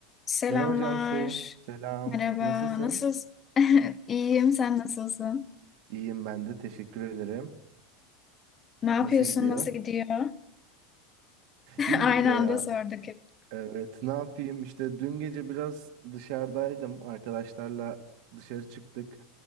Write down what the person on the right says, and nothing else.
Merhaba Cansu, selam.
Nasılsın?
İyiyim ben de, teşekkür ederim.
Nasıl gidiyor?
İyi
gidiyor
ya.
Evet, ne yapayım? İşte dün gece biraz dışarıdaydım. Arkadaşlarla dışarı çıktık.